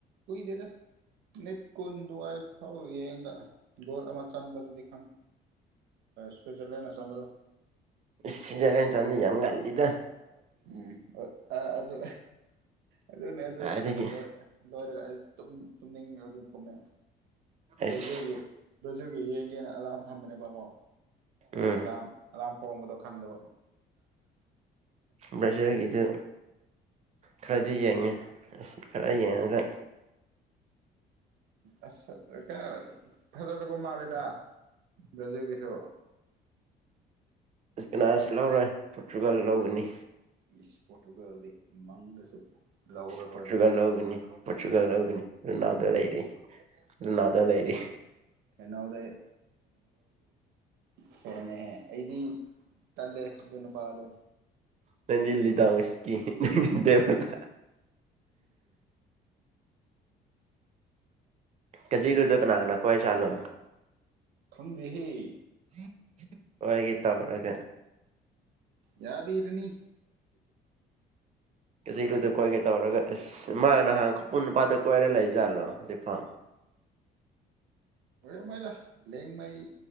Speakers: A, on the right; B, on the right.
A: ꯀꯨꯏꯗꯦꯗ ꯃꯤꯅꯤꯠ ꯀꯨꯟꯗꯨꯋꯥꯏ ꯐꯥꯎ ꯌꯦꯡꯗ ꯒꯣꯜ ꯑꯃ ꯆꯟꯕꯗꯨꯗꯤ ꯈꯪꯉꯦ ꯁ꯭ꯋꯤꯖꯔꯂꯦꯟꯅ ꯆꯟꯕꯗꯣ
B: ꯁꯨꯏꯖ꯭ꯔꯂꯦꯟ ꯆꯥꯟꯕꯗꯤ ꯌꯥꯝ ꯉꯜꯂꯤꯗꯥ
A: ꯎꯝ ꯑ ꯑꯗꯨ ꯑꯗꯨꯅꯦ ꯑꯗꯨ
B: ꯀꯥꯏꯗꯒꯤ
A: ꯂꫭꯏ ꯂꫭꯏꯔꯒ ꯇꯨꯝ ꯇꯨꯝꯅꯤꯡ ꯑꯗꯨꯝ ꯇꯨꯝꯃꯦ ꯕ꯭ꯌꯖꯤꯜꯒꯤ
B: ꯑꯁ
A: ꯕꯖꯨꯒꯤ ꯌꯦꯡꯒꯦꯅ ꯑꯂꯥꯔꯝ ꯊꯝꯕꯅꯦꯕꯀꯣ
B: ꯎꯝ
A: ꯑꯔꯝ ꯑꯔꯝ ꯍꯣꯡꯕꯗꯣ ꯈꯪꯗꯕ
B: ꯕ꯭ꯔꯖꯦꯜ ꯏꯗꯨ ꯈꯔꯗꯤ ꯌꯦꯡꯉꯦ ꯑꯁ ꯆꯔꯒ
A: ꯑ ꯀ ꯐꯖꯗꯕ ꯃꯥꯜꯂꯦꯗ ꯕ꯭ꯔꯖꯦꯜ ꯀꯁꯨ
B: ꯀꯅꯥꯁꯤ ꯂꯧꯔꯣꯏ ꯄꯣꯔꯇꯨꯒꯥꯜ ꯂꯧꯒꯅꯤ
A: ꯏꯁ ꯄꯣꯔꯇꯨꯒꯜꯗꯤ ꯃꯪꯗꯁꯨ ꯂꯧꯔꯔꯣꯏ
B: ꯄꯣꯔꯆꯨꯒꯜ ꯂꯧꯒꯅꯤ ꯄꯣꯔꯆꯨꯒꯜ ꯂꯧꯒꯅꯤ ꯂꯨꯅꯥꯎꯗ ꯂꯩꯔꯤ ꯂꯨꯅꯥꯗ ꯂꯩꯔꯤ
A: ꯔꯣꯅꯥꯜ ꯔꯣꯅꯥꯜꯗꯣ ꯐꯦꯅꯦꯍꯦ ꯑꯩꯗꯤ ꯇꯂꯦ ꯑꯗꯨꯅꯄꯥꯥꯗꯣ
B: ꯅꯗꯤ ꯂꯤꯗ ꯎꯁꯀꯤ ꯅꯗꯦꯕꯂ ꯀꯖꯤꯔꯣꯏꯗꯣ ꯀꯅꯥ ꯀꯅꯥ ꯀꯋꯥꯦ ꯆꯂꯣ
A: ꯊꯨꯟꯕꯤꯍꯤ
B: <unintelligible> ꯃꯣꯏꯒꯤ ꯇꯧꯔꯒ
A: ꯌꯥꯕ ꯏꯔꯅꯤ
B: ꯀꯦꯖꯤꯂꯨꯗ ꯀꯣꯏꯒꯦ ꯇꯧꯔꯒ ꯑꯦꯁ ꯃꯥ ꯅꯍꯥꯟ ꯈꯨꯄꯨꯟ ꯅꯨꯄꯥꯗ ꯀꯣꯏꯔ ꯂꯩꯖꯥꯠꯂꯣ ꯍꯧꯖꯤꯛ ꯐꯥꯎ
A: ꯑꯣꯏꯃꯣꯏꯗ ꯂꯦꯡꯃꯩ